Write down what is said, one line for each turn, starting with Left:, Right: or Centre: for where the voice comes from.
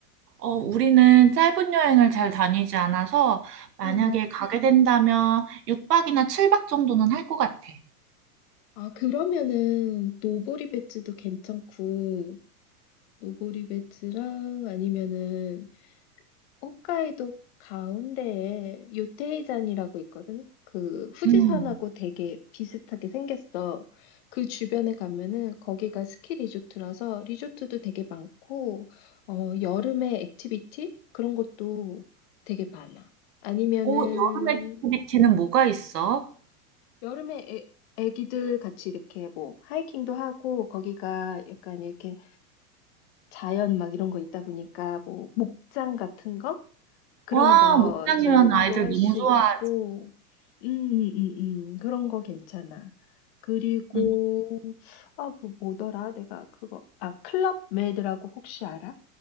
Right: 어, 우리는 짧은 여행을 잘 다니지 않아서 만약에
Left: 음.
Right: 가게 된다면 6박이나 7박 정도는 할 것 같아.
Left: 아, 그러면은 노보리 배츠도 괜찮고 노보리 배츠랑 아니면은 홋카이도 가운데에 요테이잔이라고 있거든. 그 후지산하고
Right: 음.
Left: 되게 비슷하게 생겼어. 그 주변에 가면은 거기가 스키 리조트라서 리조트도 되게 많고 어, 여름에 액티비티 그런 것도 되게 많아. 아니면은
Right: 오 여름 액티비티는 뭐가 있어?
Left: 여름에 애, 애기들 같이 이렇게 뭐 하이킹도 하고 거기가 약간 이렇게 자연 막 이런 거 있다 보니까 뭐 목장 같은 거 그런
Right: 와,
Left: 거
Right: 목장이라는
Left: 체험도
Right: 아이들
Left: 할
Right: 너무
Left: 수
Right: 좋아하지.
Left: 있고 음, 음, 음, 그런 거 괜찮아. 그리고
Right: 음.
Left: 아, 뭐 뭐더라? 내가 그거 아 클럽 메이드라고 혹시 알아?